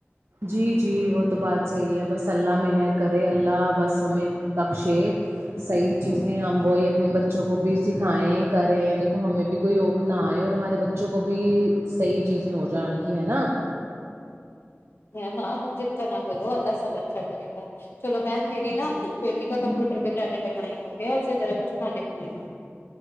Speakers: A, on the right; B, on the left.
A: جی جی وہ تو بات صحیح ہے بس اللہ مہر کرے اللہ بس ہمیں بکشےت صحیح چیزیں ہم وہی اپنے بچوں کو بھی سکھائیں کریں دیکھو ہمیں بھی کوئی اوک نہ آئے اور ہمارے بچوں کو بھی صحیح چیزیں ہو جائیں ان کی ہے نا
B: ہے ماں تم چتتا نہ کرو اللہ سب اچھا کرے گا چلو میم میری نا
A: جی
B: بیٹی کا کمپیوٹر پہ جانے کا ائم ہو گیا اسی طذرح کچھ کانے کو دینا